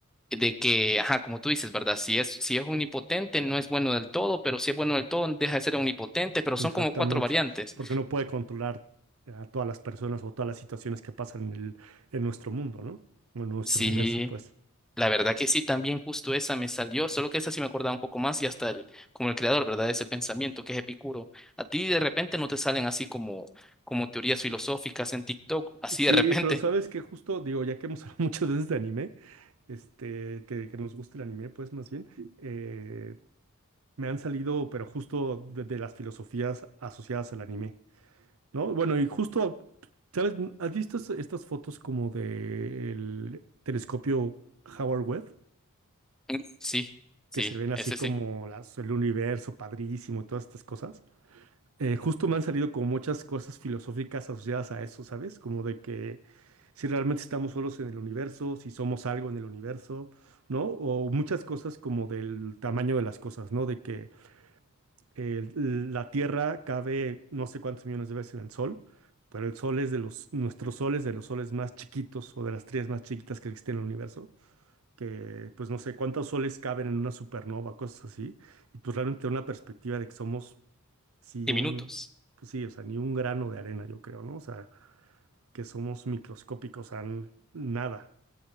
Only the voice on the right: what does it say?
Exactamente,
porque no puede controlar a todas las personas o todas las situaciones que pasan en el, en nuestro mundo, ¿no? O en nuestro
universo, pues.
Sí,
pero sabes que justo, digo, ya que hemos hablado <laughs> muchas veces de este anime, este, que, que nos gusta el anime, pues más bien, eh, me han salido, pero justo de, de las filosofías asociadas al anime, ¿no? Bueno, y justo, ¿sabes? ¿Has visto estas estas fotos como del telescopio Howard Webb?
que se ven así
como
las- el universo padrísimo, todas estas cosas. Eh, justo me han salido como muchas cosas filosóficas asociadas a eso, ¿sabes? Como de que si realmente estamos solos en el universo, si somos algo en el universo, ¿no? O muchas cosas como del tamaño de las cosas, ¿no? De que el- la Tierra cabe no sé cuántos millones de veces en el Sol. Pero el sol es de los, nuestro sol es de los soles más chiquitos o de las estrellas más chiquitas que existen en el universo que pues no sé cuántos soles caben en una supernova, cosas así, y pues realmente una perspectiva de que somos, sí,
un,
pues sí, o sea, ni un grano de arena, yo creo, ¿no? O sea, que somos microscópicos, o sea, n- nada,